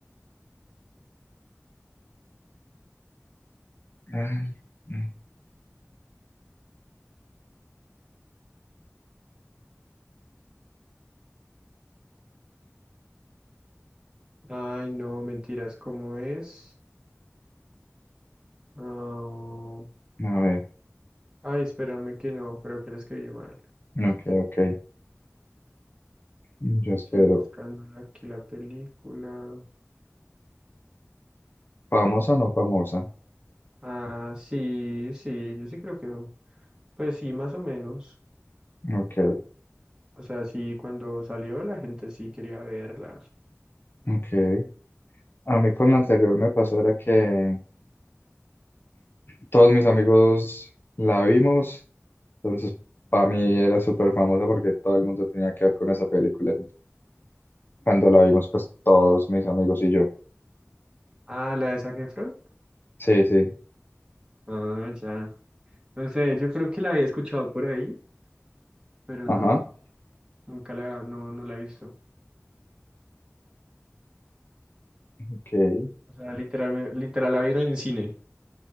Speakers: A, on the left; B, on the right.
A: Ay, ay,
B: Ay, no, mentiras, ¿cómo es? Ah,
A: a ver,
B: Ay, espérame que no, creo que lo escribí mal.
A: ok, ok. Yo espero.
B: Estoy buscando aquí la película.
A: ¿Famosa o no famosa?
B: Ah, sí, sí, yo sí creo que. Pues sí, más o menos.
A: Ok,
B: O sea, sí, cuando salió la gente sí quería verla.
A: ok. A mí con la anterior me pasó era que todos mis amigos la vimos, entonces para mí era súper famosa porque todo el mundo tenía que ver con esa película. Cuando la vimos, pues todos mis amigos y yo.
B: Ah, la de Zac Efron.
A: Sí, sí.
B: Ah, ya. No sé, yo creo que la había escuchado por ahí, pero
A: Ajá,
B: no, nunca la, no, no la he visto.
A: ok.
B: O sea, literal, me- literal la vieron en cine.